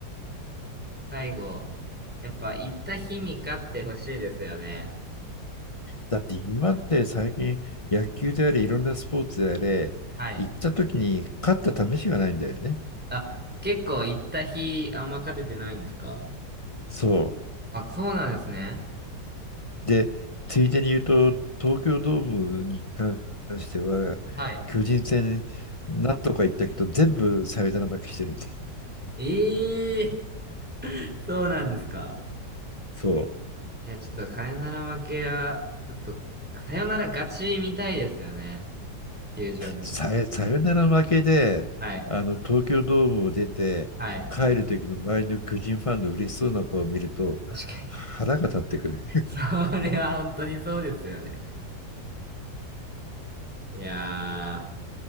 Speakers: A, in the centre; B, on the left.
A: 最後、やっぱ行った日に勝ってほしいですよね。
B: だって今まで最近野球であれいろんなスポーツであれ行った時に勝った試しがないんだよね。
A: はい。あ、結構行った日あんま勝ててないんですか
B: そう。
A: あ、そうなんですね。
B: で、ついでに言うと東京ドームに関しては巨人戦なんとか行ったけど全部サヨナラ負けしてるんです。
A: はい。ええー、<laughs> そうなんですか。
B: そう。
A: いや、ちょっとさよなら負けは、ちょっと、さよなら勝ちみたいですよね。球場で。
B: サヨサヨナラ負けであの東京ドームを出て帰る時の周りの巨人ファンの嬉しそうな顔を見ると腹が立ってくる。
A: はい。はい。確かに。<laughs> それは本当にそうですよね。いや